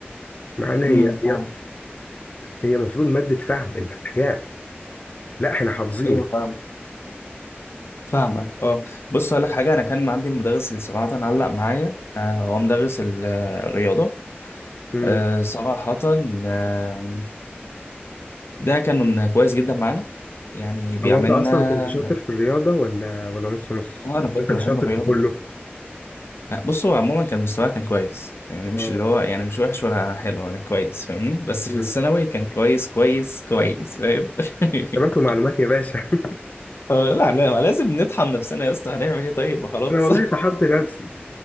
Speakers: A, on the left; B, on the left.
A: معانا هي
B: امم
A: هي
B: فاهم
A: هي المفروض مادة فهم الأحياء لا احنا حافظين
B: ايوه فاهم فاهمك اه بص اقول لك حاجه انا كان عندي المدرس اللي صراحه علق معايا آه هو مدرس ال- آه، الرياضه
A: امم
B: آه صراحه آه ده كان كويس جدا معانا يعني بيعملنا
A: هو انت اصلا كنت شاطر في الرياضة ولا ولا نص نص؟
B: اه انا
A: يعني
B: كنت
A: انت
B: بحب
A: شاطر
B: الرياضه
A: في كله
B: لا، بص هو عموما كان مستواه كان كويس فاهمني مش
A: اه
B: اللي هو يعني مش وحش ولا حلو انا كويس فاهمني بس
A: امم
B: في الثانوي كان كويس كويس كويس فاهم <laughs>
A: تمام معلومات يا باشا <laughs>
B: آه، لا لا لازم نطحن نفسنا يا اسطى هنعمل ايه طيب ما خلاص
A: انا والله طحنت نفسي